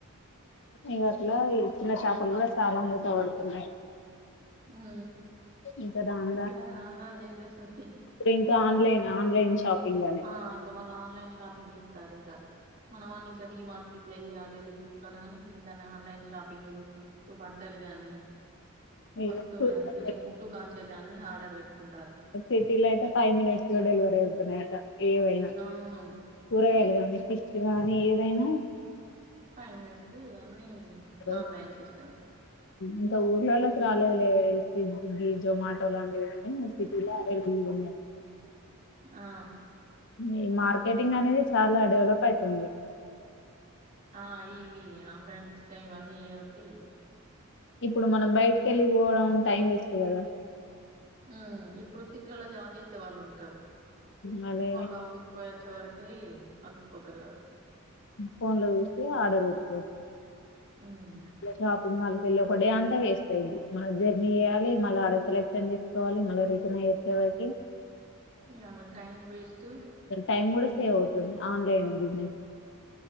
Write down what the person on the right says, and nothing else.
ఊ
ఇగ
రాను రాను జెనరేషన్.
ఆ ఇంకా మల్ల ఆన్లైన్ షాపింగ్ చేస్తారింకా. మనవన్నింకా డి మార్ట్ కిట్ల వెళ్ళి అటెల్లి తీసుకుంటారుగానీ, ఇంటికాన్నే ఆన్లైన్ షాపింగు. <unintelligible> బట్టలు గాని
వస్తువులు గాని తినే ఫుడ్ ఖాన్ చెల్లి అన్ని హర్డర్ పెట్టుకుంటా.
అవును
ఫైవ్ మినిట్స్ అన్నీ
ఆన్లైన్ సిస్టమే
ఆ
ఆ ఇవి ఆన్లైన్ సిస్టమ్ ఇవన్నీ ఏబట్టి
ఉ ఇప్పుడు సిటీలలో జాబ్ చేసే వాళ్ళు ఉంటారు
వాళ్ళు ఆఫీస్కు పోయి చివరకి అలసిపోతారు కదా
ఉమ్
ఇగ వాళ్ళకి టైం వేస్ట్